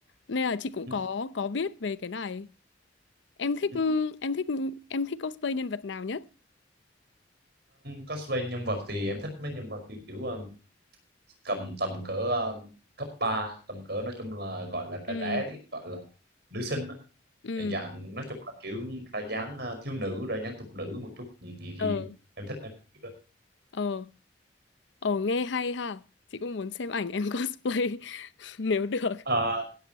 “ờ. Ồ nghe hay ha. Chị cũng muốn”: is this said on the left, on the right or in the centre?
Left